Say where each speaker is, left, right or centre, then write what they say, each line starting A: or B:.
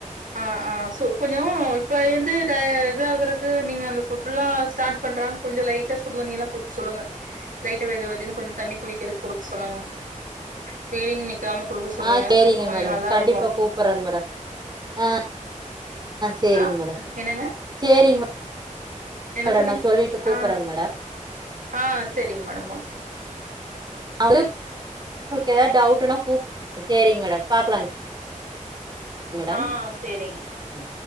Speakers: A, on the right; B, on the right.
A: ஆ ஆ சோ கொஞ்சோ இப்ப லேந்து த இதாகுறது நீங்க அந்த ஃபுல்லா ஸ்டார்ட் பண்றாங்க கொஞ்ச லைட்டா சுடு தண்ணிய எல்லா கொடுக்க சொல்லுங்க லைட்டா வெது வெதுன்னு கொஞ்சோ தண்ணி குடிக்கிறதுக்கு கொடுக்க சொல்லுங்க ஃபீடிங் நிக்காம குடுக்க சொல்லுங்க
B: ஆ செரிங்க
A: அப்ப கொஞ்சோ
B: மேடம்
A: நல்லா
B: கண்டிப்பா
A: இருக்கு
B: கூப்பிடுறேங்க மேடம் ஆ சேரிங்க
A: ஆ
B: மேடம்
A: என்னங்க
B: சேரிங்க
A: என்ன
B: மேடம்
A: சொன்னீங்க
B: நா சொல்லிட்டு கூப்பட்றேங்க
A: ஆ
B: மேடம்
A: ஆ செரிங்க மேடம் ஓகே
B: அவ ஏதாவ டவுட்னா கூப் செரி மேடம் பாக்கலாங்க மேடம்
A: ஆ செரிங்க
B: ம்.